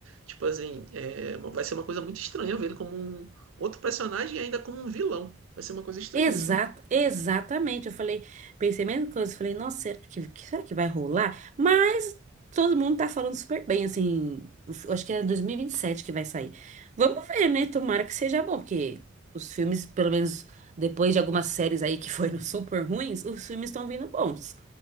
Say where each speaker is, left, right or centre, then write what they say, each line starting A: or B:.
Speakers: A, on the right; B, on the right.
A: tipo assim, é, vai ser uma coisa muito estranha ver ele como um outro personagem e ainda como um vilão. Vai ser uma coisa estranhíssima.
B: Exato, exatamente. Eu falei, pensei a mesma coisa. eu Falei, nossa, será que, que- será que vai rolar? Mas todo mundo tá falando super bem, assim. eu Acho que é dois mil e e vinte e sete que vai sair. Vamos ver, né? Tomara que seja bom, porque os filmes, pelo menos depois de algumas séries aí que foram <laughs> super ruins, os filmes estão vindo bons.